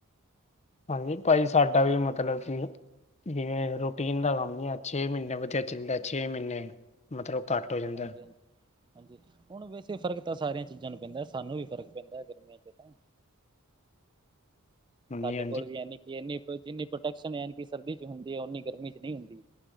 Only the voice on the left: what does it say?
ਹਾਂਜੀ, ਭਾਜੀ ਸਾਡਾ ਵੀ ਮਤਲਬ ਸੀ। ਜਿਵੇਂ, ਰੂਟੀਨ ਦਾ ਕੰਮ ਨੀ ਹੈ, ਛੇ-ਮਹੀਨੇ ਵਧੀਆ ਚੱਲਦਾ, ਛੇ ਮਹੀਨੇ। ਮਤਲਬ, ਘੱਟ ਹੋ ਜਾਂਦਾ।
ਹਾਂਜੀ
ਹਾਂਜੀ